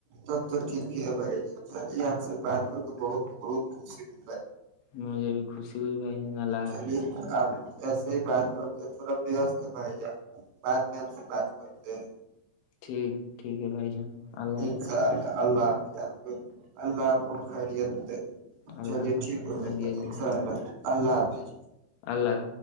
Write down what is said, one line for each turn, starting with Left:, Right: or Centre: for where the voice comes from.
Right: تب تو ٹھیک ہی ہے بھائی چلیے آپ سے بات کر کے بہت بہت خوشی ہو
Left: مجھے بھی خوشی ہوئی بھائی جان اللہ
Right: چلیے
Left: حافظ
Right: آپ ایسے ہی بات کرتے پورا وست ہے بھائی جان بعد میں ہم سے بات کرتے ہیں
Left: ٹھیک ہے ٹھیک ہے بھائی جان اللہ حافظ
Right: اچالہ اللہ حافظ آ اللہفظ خوب خاریی آتے
Left: اللہ
Right: چلیے
Left: حافظ
Right: ٹھیک ہے
Left: خیریت
Right: انفر
Left: دے بھائی جان
Right: اللہافظ اللہ حافظ
Left: اللہ حافظ